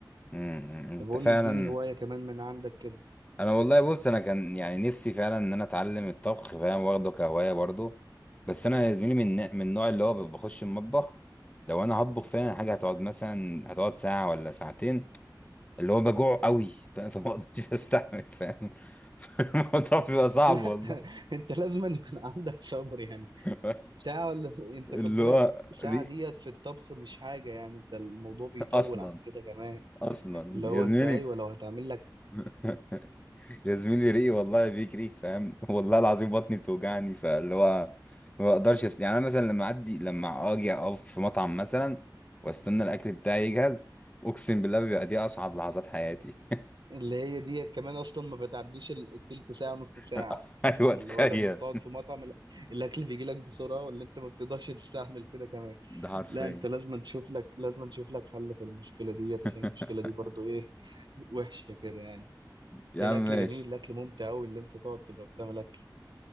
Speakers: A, on the left (about 20°); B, on the right (about 70°).
A: امم امم، امم. انت
B: طب قول
A: فعلا
B: لي اديني هواية كمان من عندك كده <laughs>
A: انا والله بص انا كان يعني نفسي فعلا ان انا اتعلم الطبخ فاهم واخده كهوايه برضه بس انا يا زميلي من من النوع اللي هو بخش المطبخ لو انا هطبخ فعلا حاجه هتقعد مثلا هتقعد ساعه ولا ساعتين اللي هو بجوع قوي <laughs> فاهم فما اقدرش <laughs> استحمل فاهم الموضوع بيبقى صعب
B: لا
A: والله
B: انت انت لازم أن يكون عندك صبر يعني
A: <laughs>
B: ساعة ولا س- انت
A: اللي
B: خد بالك
A: هو
B: ساعة
A: ري...
B: ديت في الطبخ مش حاجة يعني انت الموضوع بيطول
A: اصلا
B: عن كده كمان
A: اصلا
B: اللي هو
A: يا زميلي
B: انت ايوه لو هتعمل لك
A: <laughs> يا زميلي ريقي والله بيجري فاهم <laughs> والله العظيم بطني بتوجعني فاللي هو ما بقدرش أس... يعني انا مثلا لما اعدي لما اجي اقف في مطعم مثلا واستنى الاكل بتاعي يجهز اقسم بالله بيبقى دي اصعب لحظات حياتي
B: اللي هي ديت كمان اصلا ما بتعديش ال- التلت ساعه نص ساعه
A: <laughs> ايوه
B: يعني
A: تخيل
B: اللي هو لما بتقعد في مطعم ال- الاكل بيجي لك بسرعه ولا انت ما بتقدرش <laughs> تستحمل كده كمان
A: ده حرفيا
B: لا انت لازم تشوف لك لازم تشوف لك حل في المشكله ديت
A: <laughs>
B: عشان المشكله دي برضو ايه <laughs> وحشه كده يعني
A: يا
B: عشان
A: عم
B: الاكل
A: ماشي
B: جميل الاكل ممتع قوي اللي انت تقعد تبقى بتعمل اكل <laughs>